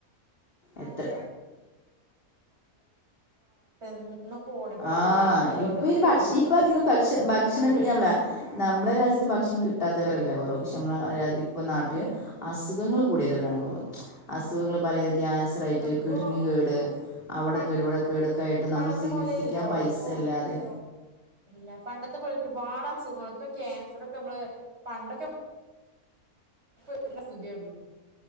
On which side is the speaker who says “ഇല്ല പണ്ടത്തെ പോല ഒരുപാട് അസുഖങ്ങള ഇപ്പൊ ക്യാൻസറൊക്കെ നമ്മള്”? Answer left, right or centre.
Right